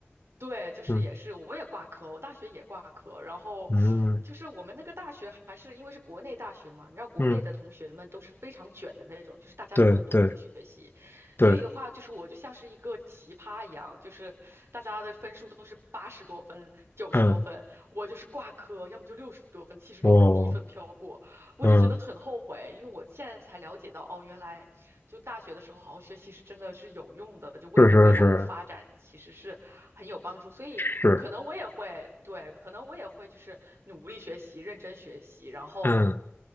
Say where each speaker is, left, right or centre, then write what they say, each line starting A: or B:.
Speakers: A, on the right; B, on the left.
A: 对，就是也是我也挂科，
B: 嗯
A: 我大学也挂科，然后。
B: 嗯
A: 就是我们那个大学还是因为是国内大学嘛，你知道国内的同学们都是非常卷的那种，
B: 嗯，
A: 就是大家都很努力的学习，
B: 对对对，
A: 所以的话，就是我就像是一个奇葩一样，就是大家的分数都是八十多分、九十多分，
B: 嗯，
A: 我就是挂科，要么就六十多分、七十多分，
B: 我
A: 低分飘过，我就觉得很后悔，
B: 嗯
A: 因为我现在才了解到，哦，原来就大学的时候好好学习是真的是有用的，就为我未来的发展其实是很有帮助，
B: 是是是。
A: 所以可能我也会，
B: 是，
A: 对，可能我也会就是努力学习、认真学习，然后。
B: 嗯，